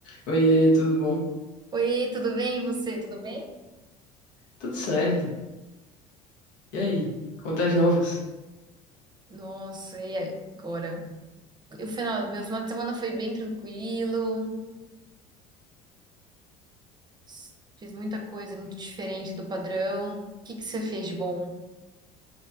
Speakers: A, on the left; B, on the right.
A: Oiê, tudo bom?
B: Oi, tudo bem? E você, tudo bem?
A: Tudo certo. E aí, contas novas?
B: Nossa, e agora? O final, meu final de semana foi bem tranquilo, s- fiz muita coisa muito diferente do padrão. O que que você fez de bom?